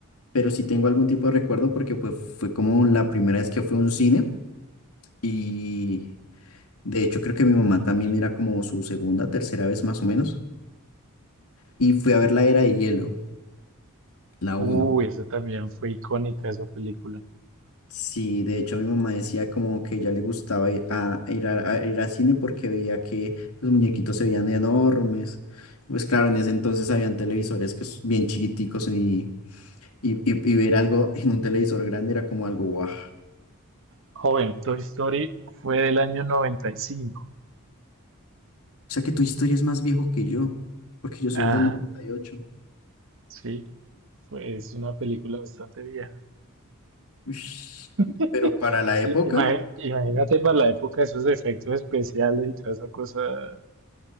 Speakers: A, on the left (about 70°); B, on the right (about 60°).
A: pero sí tengo algún tipo de recuerdo porque pues fue como la primera vez que fue a un cine y de hecho creo que mi mamá también era como su segunda, tercera vez más o menos y fui a ver La Era de Hielo, la uno
B: Uy, eso también fue icónica esa película.
A: Sí, de hecho mi mamá decía como que ya le gustaba ir a, ir a- a- ir al cine porque veía que los muñequitos se veían enormes. Pues claro, en ese entonces habían televisores que s- bien chiquiticos y, y, y- y ver algo en un televisor grande era como algo guau,
B: Joven, Toy Story fue del año noventa y cinco
A: O sea que tu historia es más viejo que yo, porque yo soy
B: Ajá,
A: el del 98.
B: sí, fue, es una película bastante vieja.
A: Ush.
B: <laughs>
A: Pero para la época
B: Y- ima- Imagínate para la época esos efectos especiales y toda esa cosa